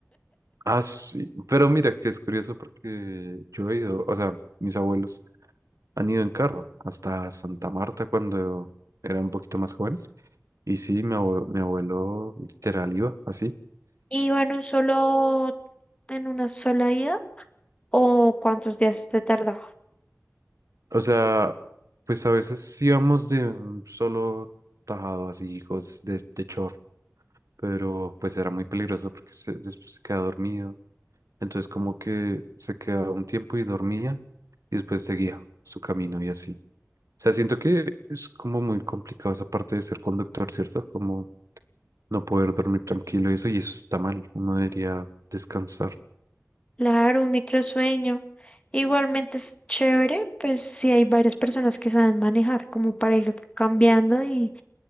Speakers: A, on the right (about 80°); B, on the left (about 20°).
A: Ah, sí, pero mira que es curioso porque yo he ido, o sea, mis abuelos han ido en carro hasta Santa Marta cuando eran un poquito más jóvenes. Y sí, mi abue- mi abuelo literal iba así
B: iba en un solo, en una sola ida, ¿o cuántos días te tardaba?
A: O sea, pues a veces íbamos de un solo tajado, así, hijos de, de chor, pero pues era muy peligroso porque se- después se quedaba dormido. Entonces como que se quedaba un tiempo y dormía y después seguía su camino y así. O sea, siento que es como muy complicado esa parte de ser conductor, ¿cierto? Como no poder dormir tranquilo y eso, y eso está mal. Uno debería descansar.
B: Claro, un microsueño. Igualmente es chévere, pues si hay varias personas que saben manejar, como para ir cambiando y,